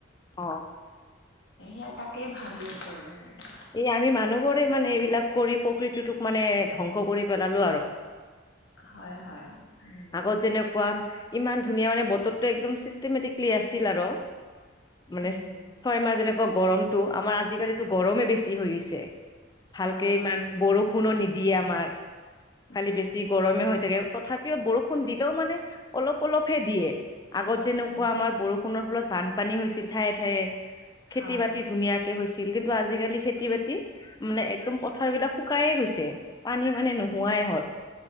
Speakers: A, on the left; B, on the left.
A: অহ',
B: এই, সেয়া তাকে ভাবি আছোঁ আৰু মানে',
A: এই, আমি মানুহবোৰে মানে এইবিলাক কৰি প্ৰকৃতিটোক মানে, ধ্বংস কৰি পেলালোঁ আৰু',
B: হয় হয় উম
A: আগত যেনেকুৱাম', ইমান ধুনীয়া মানে বতৰটো একদম চিষ্টেমেটিকলি আছিল আৰু, মানে',
B: উম
A: ছয় মাহ যেনেকুৱা গৰমতটো আমাৰ আজিকালিতো গৰমেই বেছি হৈ গৈছে', ভালকে
B: হয় হয়
A: ইমান বৰষুণো নিদিয়ে আমাৰ, খালি
B: উম
A: বেছি', গৰমে হৈ থাকে, তথাপিও বৰষুণ দিলেও মানে অলপ - অলপহে দিয়ে, আগত', যেনেকুৱা
B: উম
A: আমাৰ বৰষুণৰ ফলত বানপানী হৈছিল ঠায়ে - ঠায়ে, খেতি
B: হয়
A: - বাতি ধুনীয়াাকে', ধুনীয়াকে হৈছিল, কিন্তু আজিকালি খেত', খেতি - বাতি, মানে একদম পথাৰ বিলাক শুকাইহে গৈছে, পানী মানে নোহো', নোৱাই
B: উম
A: হ'ল